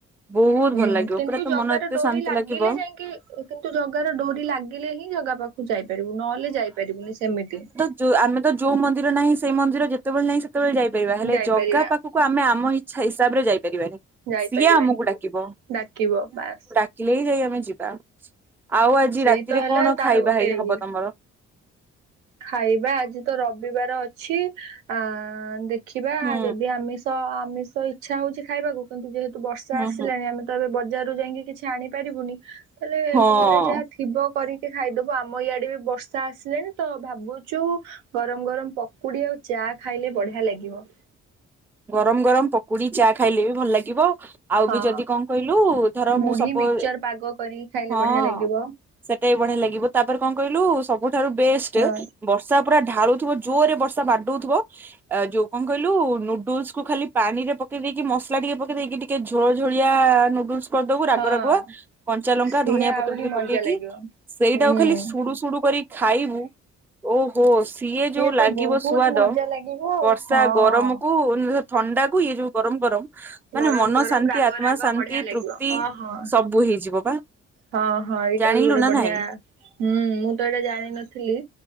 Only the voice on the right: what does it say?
ହୁଁ
କିନ୍ତୁ
ଜଗାର
ଡୋରି
ଲାଗିଲେ
ଯାଇକି କିନ୍ତୁ ଜଗାର ଡୋରି ଲାଗିଲେ ହିଁ ଜଗା ପାଖକୁ ଯାଇପାରିବୁ ନହେଲେ ଯାଇପାରିବୁନି ସେମିତି।
ଯାଇପାରିବା
ଯାଇପାରିବାନି
ଡାକିବ ବାସ।
ସେଇ
ତ ହେଲା
ତାର
ଗୋଟେ
ଇଏ।
ଖାଇବା ଆଜିତ ରବିବାର ଅଛି। ଆ ଦେଖିବା
ଯଦି ଆମିଷ ତ ଆମିଷ ଇଚ୍ଛା ହଉଛି ଖାଇବାକୁ କିନ୍ତୁ ଯେହେତୁ ବର୍ଷା
ଆସିଲାଣି
ଆମେ ତ ବଜାର ଯାଇକି କିଛି ଆଣିପାରିବୁନି। ତାହେଲେ
ଘରେ ଯାହା ଥିବ କରିକି ଖାଇଦବୁ। ଆମ ଇଆଡେ ବି ବର୍ଷା ଆସିଲାଣି। ତ ଭାବୁଛୁ ଗରମ ଗରମ ପକୁଡି ଆଉ ଚା ଖାଇଲେ ବଢିଆ ଲାଗିବ।
ହଁ
ମୁଢି
ମିକ୍ସଚର ପାଗ କରିକି ଖାଇଲେ
ବଢିଆ ଲାଗିବ
ହଁ
ହଁ
ସିଏ
ଆହୁରି
ମଜା
ଲାଗିବ
ହୁଁ
ତ
ବହୁତ
ମଜା ଲାଗିବ ଆଉ
ହଁ
ଗରମ
ଗରମ ରାଗ
ରାଗ ବଢିଆ ଲାଗିବ।
ହଁ ହଁ
ହଁ ହଁ ଏଇଟା
ବି ଗୋଟେ
ବଢିଆ।
ହୁଁ ମୁଁ ତ ଏଇଟା ଜାଣିନଥିଲି।